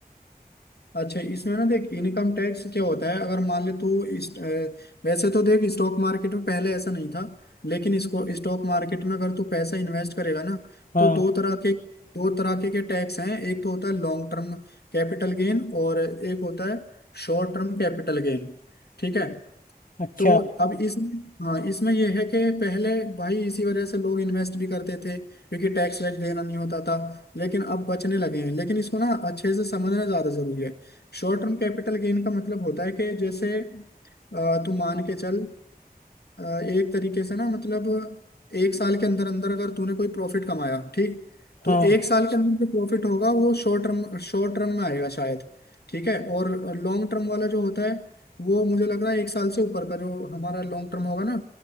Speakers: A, on the left; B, on the left.
A: अच्छा इसमें ना देख इनकम टैक्स क्या होता है अगर मान ले तू इस अ, वैसे तो देख स्टॉक मार्केट में पहले ऐसा नहीं था लेकिन इसको स्टॉक मार्केट में अगर तू पैसा इन्वेस्ट करेगा ना
B: हाँ
A: तो दो तरह के दो तरह के, के टैक्स हैं एक तो होता है लॉन्ग टर्म कैपिटल गेन और एक होता है शॉर्ट टर्म कैपिटल गेन ठीक है
B: अच्छा
A: तो अब इसमें हाँ इसमें यह है कि पहले भाई इसी वजह से लोग इन्वेस्ट भी करते थे क्योंकि टैक्स वैक्स देना नहीं होता था लेकिन अब बचने लगे हैं लेकिन इसको ना अच्छे से समझना ज्यादा जरूरी है शॉर्ट टर्म कैपिटल गेन का मतलब होता है कि जैसे अ, तू मान के चल अ, एक तरीके से ना मतलब एक साल के अंदर अंदर अगर तूने कोई प्रॉफिट कमाया ठीक तो
B: हाँ
A: एक साल के अंदर जो प्रॉफिट होगा वो शॉर्ट टर्म शॉर्ट टर्म में आएगा शायद ठीक है और लॉन्ग टर्म वाला जो होता है वो मुझे लग रहा है एक साल से ऊपर का जो हमारा लॉन्ग टर्म होगा ना